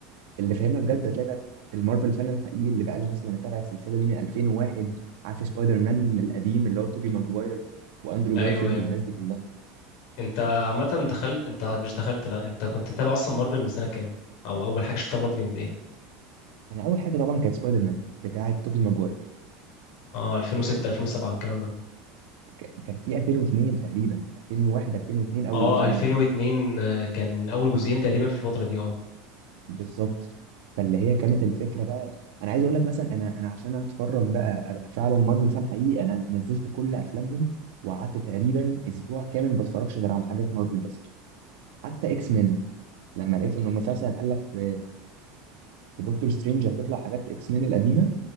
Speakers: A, on the right; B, on the left.
A: اللي فاهمها بجد هتلاقي بقى المارفل فان الحقيقي اللي بقاله مثلا متابع السلسله دي من 2001 عارف سبايدر مان القديم اللي هو توبي ماجواير واندرو
B: ايوه
A: جارفيلد
B: ايوه
A: والناس دي كلها
B: انت عامه دخلت انت مش دخلت لا انت كنت متابع اصلا مارفل من سنه كام او اول حاجه شفتها مارفل كانت ايه
A: انا اول حاجه طبعا كانت سبايدر مان بتاعه توبي ماجواير
B: اه 2006 2007 والكلام ده
A: ك- كان في 2002 تقريبا 2001 2002 اول
B: اه
A: جزء
B: 2002
A: نزل
B: آه، كان اول جزئين تقريبا في الفتره دي اه
A: بالظبط فاللي هي كانت الفكره بقى انا عايز اقول لك مثلا انا انا عشان اتفرج بقى ابقى فعلا مارفل فان حقيقي انا نزلت كل افلامهم وقعدت تقريبا اسبوع كامل ما بتفرجش غير على حاجات مارفل بس حتى اكس مان لما لقيت ان هم مثلا قال لك في في دكتور سترينج هتطلع حاجات اكس مان القديمه